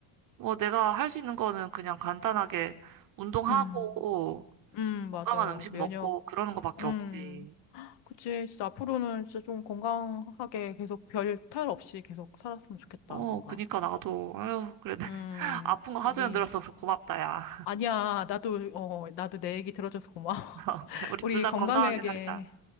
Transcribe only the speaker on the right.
뭐 내가 할 수 있는 거는 그냥 간단하게 운동하고
건강한
음식
먹고 그러는 거밖에
없지.
어,
그니까 나도, 아유, 그래도 <laughs>
아픈 거 하소연
들어서 고맙다, 야.
<laughs>
그래, 우리
둘 다
건강하게 살자.